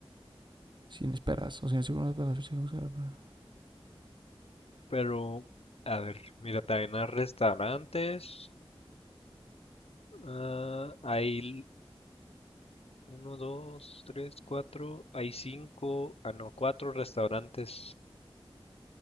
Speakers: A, on the right (about 50°); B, on the left (about 80°).
A: Sin esperas. O sea, si uno no es para la fecha que buscar. para-
B: Pero, a ver, mira, también hay restaurantes. ah, hay Uno, dos, tres, cuatro. Hay cinco, ah, no, cuatro restaurantes.